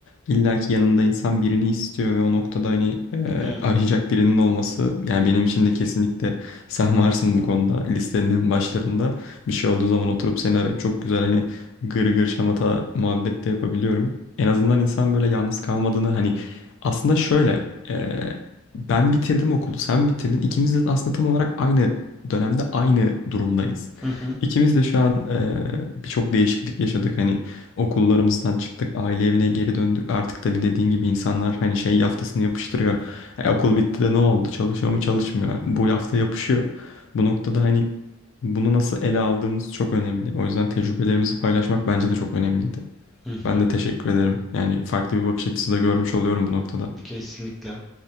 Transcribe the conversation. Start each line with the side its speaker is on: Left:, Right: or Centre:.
Left: illaki yanında insan birini istiyor ve o noktada hani e,
Centre: Yani,
Left: arayacak birinin olması yani benim için de kesinlikle <laughs> sen varsın bu konuda listenin en başlarında. Bir şey olduğu zaman oturup seni arayıp çok güzel hani gır gır şamata muhabbet de yapabiliyorum. En azından insan böyle yalnız kalmadığını hani aslında şöyle ben bitirdim okulu, sen bitirdin. İkimiz de aslında tam olarak aynı dönemde aynı durumdayız.
Centre: hı hı,
Left: İkimiz de şu an e, birçok değişiklik yaşadık. Hani okullarımızdan çıktık, aile evine geri döndük. Artık da bir dediğin gibi insanlar hani şey yaftasını yapıştırıyor. E, okul bitti de ne oldu? Çalışıyor mu çalışmıyor? Bu yafta yapışıyor. Bu noktada hani bunu nasıl ele aldığımız çok önemli. O yüzden tecrübelerimizi paylaşmak bence de çok önemliydi.
Centre: hı hı,
Left: Ben de teşekkür ederim. Yani farklı bir bakış açısı da görmüş oluyorum bu noktada.
Centre: kesinlikle.